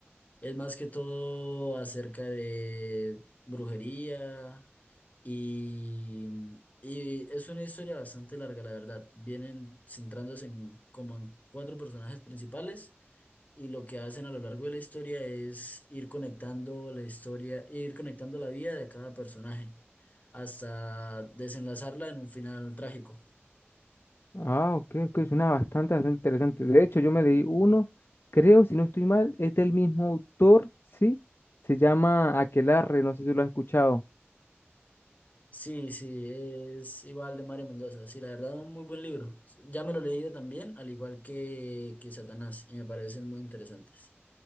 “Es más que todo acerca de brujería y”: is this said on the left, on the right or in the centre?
Left